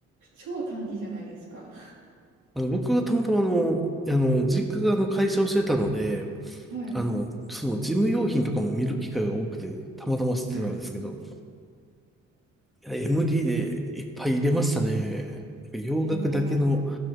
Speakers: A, on the right; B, in the centre.
A: 超短期じゃないですか。
B: あの、僕がたまたまあの、あの、実家があの会社をしてたので、
A: はい。
B: あの、その事務用品とかも見る機会が多くて、たまたま知ってたんですけど、
A: はい。
B: いや、MD でいっぱい入れましたね。洋楽だけの好
A: 入れましたね。